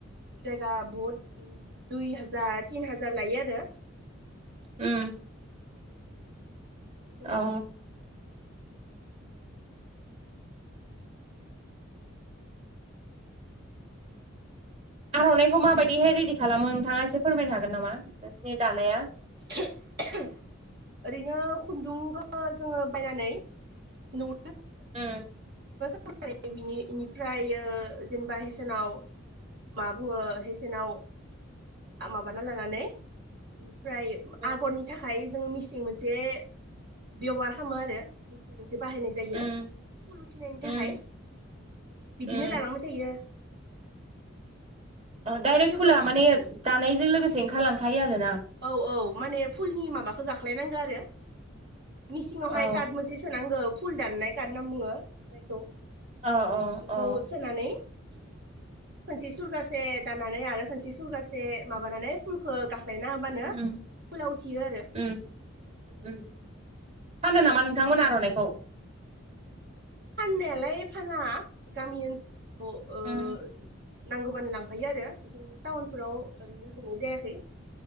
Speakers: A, on the right (about 55°); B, on the right (about 35°).
A: जायगा बहुत दुइ हाजार तिन हाजार लायो आरो।
B: ओ।
A: बिदिनो
B: अ। आर'नाइखौ माबायदिहाय रेडि खालामो नोंथाङा एसे फोरमायनो हागोन नामा नोंसिनि दानाया?
A: <inaudible> ओरैनो खुन्दुंखौ जोङो बायनानै नु।
B: ओ।
A: बिनि बेनिफ्राय ओ। जेनेबा हेसेनाव मा बुङो हेसेनाव। माबाना लानानै। ओमफ्राय
B: उम
A: आगरनि थाखाय जोङो मिसिं मोनसे बेबहार खालामो आरो। बाहायनाय जायो
B: उम
A: फुलुथिनायनि
B: उम
A: थाखाय बिदिनो
B: उम
A: दालांबाय थायो।
B: औ डाइरेक्ट
A: थेवबो
B: फुला माने जानायजों लोगोसे ओंखारलांखायो आरो।
A: औ औ माने फुलनि माबाखौ गाख्लायनांगौ आरो। मिसिंआवहाय
B: अ
A: कार्ड मोनसे सोनांगौ फुल दाननाय कार्ड होनना बुङो जायखौ।
B: अ
A: बेखौ
B: अ
A: सोनानै। खोनसे सुरगासे दाननानै आरो खोनसे सुरगासे माबानानै फुलखौ गा। ना होबानो फुलाव
B: उम
A: उथियो आरो
B: उम
A: ओ।
B: उम फानो नामा नोंथांमोन आर'नाइखौ?
A: फाननायालाय फाना गामि ओन ओ
B: उम
A: नांगौबानो लांफायो आरो। टाउनफोराव ओरैनो होननाय जायाखै।